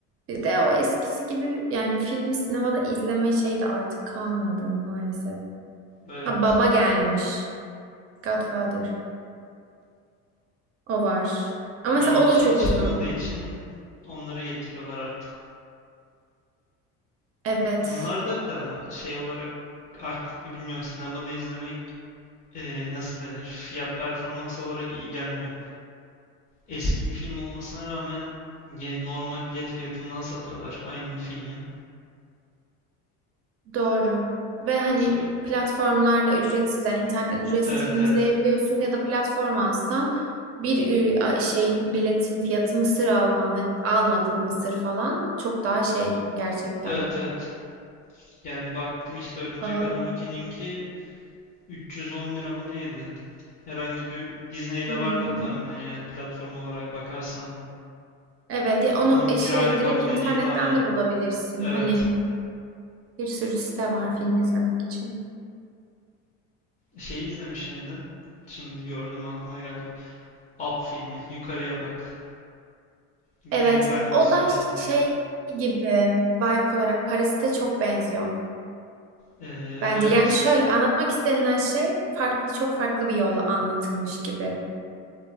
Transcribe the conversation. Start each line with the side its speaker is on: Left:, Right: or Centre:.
Right: Bir de o eskisi gibi yani filmi sinemada izleme şeyi de artık kalmadı maalesef.
Left: Evet.
Right: Ha Baba gelmiş. Godfather. O var.
Left: Yeni
Right: Ama mesela o
Left: bir
Right: da
Left: şey
Right: çok
Left: çıkmadığı
Right: uzun.
Left: için onları getiriyorlar artık.
Right: Evet.
Left: Onlar da bile ama şey olarak artık bilmiyorum sinemada izlemek eee, nasıl denir? Fiyat performans olarak iyi gelmiyor. Eski bir film olmasına rağmen ye- normal bilet fiyatından satıyorlar aynı filmi.
Right: Doğru. Ve hani
Left: Ö-
Right: platformlarda ücretsiz yani internetten ücretsiz
Left: Evet
Right: film
Left: evet.
Right: izleyebiliyorsun ya da platform alsan bir e, a- şeyin biletin fiyatı mısır alman hani almadın mısır falan çok daha şey gerçekten
Left: Evet evet. Yani baktım işte Örümcek
Right: pahalı.
Left: Adam 2'ninki 310 lira mı neydi? Herhangi bir Disney'de
Right: Hmm.
Left: vardır tahminen yani platform olarak bakarsan.
Right: Evet ya onu
Left: Onun
Right: e,
Left: bir
Right: şey
Left: aylık
Right: direkt
Left: aboneliği
Right: internetten
Left: daha iyi.
Right: de bulabilirsin.
Left: Evet.
Right: Hani bir sürü site var film izlemek için.
Left: Şeyi izlemiş miydin? Şimdi gördüm aklıma geldi bak. Up filmi. Yukarıya bak. Yine
Right: Evet
Left: bir animasyon
Right: o da
Left: filmiyle
Right: şey
Left: geldi.
Right: gibi vibe olarak Parazit'e çok benziyor.
Left: Ee,
Right: Bence
Left: evet.
Right: yani şöyle anlatmak istenilen şey farklı çok farklı bir yolla anlatılmış gibi.